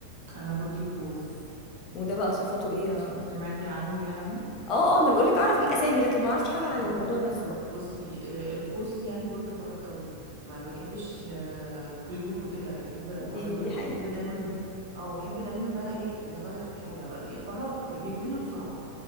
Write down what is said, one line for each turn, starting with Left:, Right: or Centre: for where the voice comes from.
Right: انا برج القوس
Left: وده بقى صفاته ايه
Right: س- سمعتي عنه يعني
Left: اه اه ما انا بقولك اعرف الاسامي لكن ما اعرفش حاجه عن
Right: اه
Left: الموضوع نفسه بقى.
Right: بصي آه، القوس يعني برج فراك قوي ما بيحبش آه، قيود وكده يحب
Left: دي
Right: حرية
Left: دي
Right: وبيحب
Left: حقيقه
Right: دايما اه يحب دايما بقى ايه يغير في الحاجة بقى يعني فراك ب- بيمل بسرعة